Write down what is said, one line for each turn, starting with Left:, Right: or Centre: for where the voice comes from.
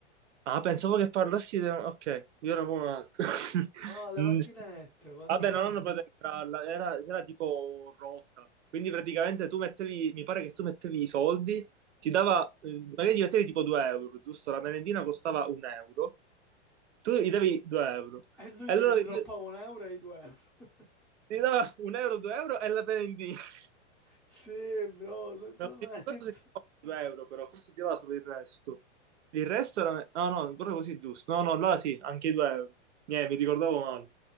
Right: ah, pensavo che parlassi di... Ok, io ero proprio un altro. <laughs>
Centre: No, le
Right: Mm,
Centre: macchinette,
Right: sì.
Centre: quando...
Right: Vabbè, non hanno potuto entrarla, era, era tipo rotta. Quindi praticamente tu mettevi, mi pare che tu mettevi i soldi, ti dava, eh, magari gli mettevi tipo 2 euro, giusto? La merendina costava un euro tu gli davi 2 euro.
Centre: E lui
Right: E
Centre: ti
Right: allora
Centre: ridroppava
Right: gli
Centre: un euro e i due euro. <laughs>
Right: gli dava un euro, 2 euro e la prendi. <laughs>
Centre: Sì, bro, senza
Right: Non mi ricordo
Centre: senso.
Right: se ti dava 2 euro, però forse ti dava solo il resto. Il resto era... No, no, proprio così è giusto. No, no, allora sì, anche i 2 euro. Niente, mi ricordavo male.